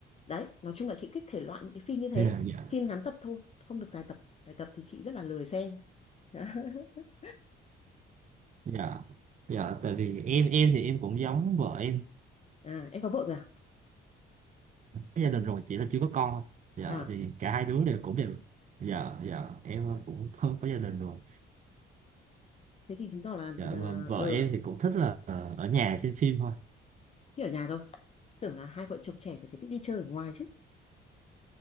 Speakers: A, on the left; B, on the right.
A: đấy nói chung là chị thích thể loại những cái phim như thế
B: dạ dạ
A: phim ngắn tập thôi không được dài tập dài tập thì chị rất là lười xem <laughs>
B: dạ dạ tại vì em em thì em cũng giống vợ em
A: à em có vợ rồi à
B: có gia đình rồi chỉ là chưa có con thôi dạ
A: à
B: thì cả hai đứa đều cũng đều dạ dạ em cũng có, có gia đình rồi
A: thế thì chứng tỏ là
B: dạ
A: ờ
B: mà vợ
A: ờ,
B: em thì cũng thích là ờ, ở nhà xem phim thôi
A: thích ở nhà thôi tưởng là hai vợ chồng trẻ thì phải thích đi chơi ở ngoài chứ